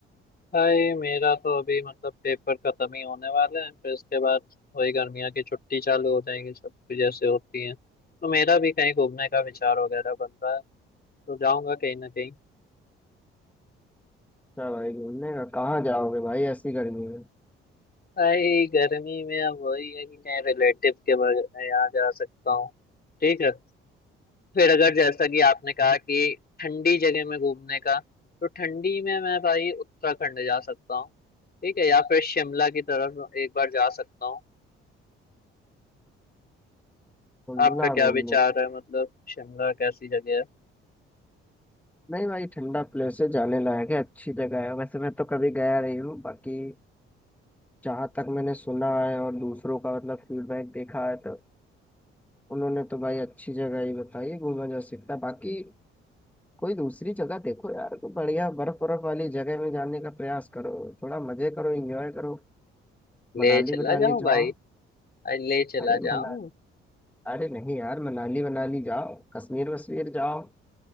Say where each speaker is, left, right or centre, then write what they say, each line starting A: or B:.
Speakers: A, on the left; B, in the centre.
A: भाई मेरा तो अभी मतलब पेपर खत्म ही होने वाले हैं फिर इसके बाद वही गर्मियों की छुट्टी चालू हो जाएंगी सब कुछ जैसे होती है तो मेरा भी कहीं घूमने का विचार वगैरह बन रहा है तो जाऊंगा कहीं ना कहीं
B: क्या भाई घूमने का कहाँ जाओगे भाई ऐसी गर्मी में
A: भाई गर्मी में अब वही है कि कहीं रिलेटिव के बग- यहाँ जा सकता हूँ ठीक है फिर अगर जैसा कि आपने कहा कि ठंडी जगह में घूमने का तो ठंडी में मैं भाई उत्तराखंड जा सकता हूँ ठीक है या फिर शिमला की तरफ एक बार जा सकता हूँ
B: घूमना
A: आपका क्या
B: घूमने
A: विचार है मतलब शिमला कैसी जगह है
B: नहीं भाई ठंडा प्लेसेस जाने लायक है अच्छी जगह है वैसे मैं तो कभी गया नहीं हूँ बाकी जहाँ तक मैंने सुना है और दूसरों का मतलब फीडबैक देखा है तो उन्होंने तो भाई अच्छी जगह ही बताई है, घूमा जा सकता है बाकी कोई दूसरी जगह देखो यार कोई बढ़िया बर्फ बर्फ वाली जगह में जाने का प्रयास करो थोड़ा मजे करो एंजॉय करो
A: ले
B: मनाली
A: चला
B: मनाली
A: जाऊं भाई
B: जाओ
A: अरे ले चला
B: अरे मना
A: जाऊं
B: अरे नहीं यार मनाली मनाली जाओ कश्मीर वश्मीर जाओ